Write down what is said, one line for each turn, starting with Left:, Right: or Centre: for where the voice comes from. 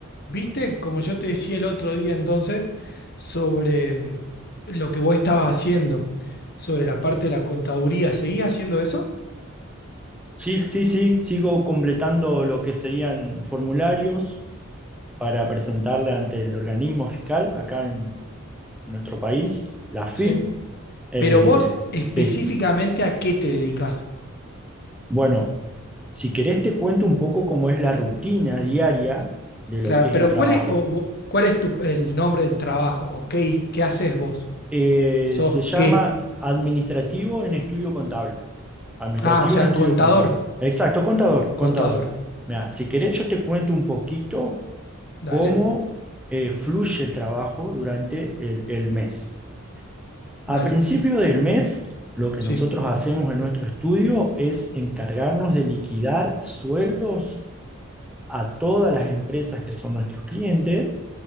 Left: Viste, como yo te decía el otro día entonces, sobre mm, lo que vos estabas haciendo, sobre la parte de la contaduría, ¿seguís haciendo eso?
Centre: Sí, sí, sí, sigo completando lo que serían formularios para presentarle ante el organismo fiscal acá en nuestro país, la FIP.
Left: Sí.
Centre: Eh,
Left: Pero vos específicamente
Centre: sí,
Left: a qué te dedicás.
Centre: bueno, si querés te cuento un poco cómo es la rutina diaria de lo
Left: Claro,
Centre: que es
Left: pero
Centre: el trabajo.
Left: ¿cuál es, o vo- cuál es tu, el nombre del trabajo? ¿O qué, qué haces vos?
Centre: Eh,
Left: ¿Sos
Centre: se llama
Left: qué?
Centre: administrativo en estudio contable. Administrativo
Left: Ah, o sea,
Centre: no estudio
Left: contador,
Centre: contable. Exacto, contador,
Left: contador.
Centre: contador. Mira, si querés yo te cuento un poquito
Left: Dale,
Centre: cómo eh, fluye el trabajo durante el, el mes. A
Left: dale.
Centre: principio del mes, lo que
Left: Sí,
Centre: nosotros hacemos en nuestro estudio es encargarnos de liquidar sueldos a todas las empresas que son nuestros clientes.